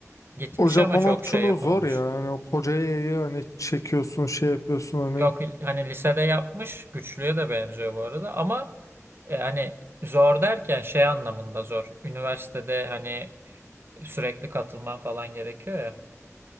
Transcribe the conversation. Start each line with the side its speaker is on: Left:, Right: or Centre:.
Right: Gitmiş
Left: O Japon
Right: ama çok
Left: okçuluğu
Right: şey yapamamış.
Left: zor ya. Hani o koca yayı hani çekiyorsun şey yapıyorsun hani.
Right: Yok hani lisede yapmış güçlüye de benziyor bu arada ama e, hani zor derken şey anlamında zor. Üniversitede hani sürekli katılman falan gerekiyor ya.